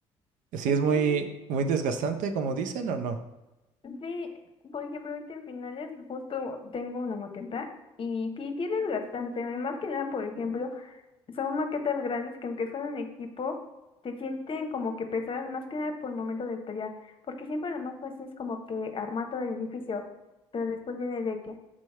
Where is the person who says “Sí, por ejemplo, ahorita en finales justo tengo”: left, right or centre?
Left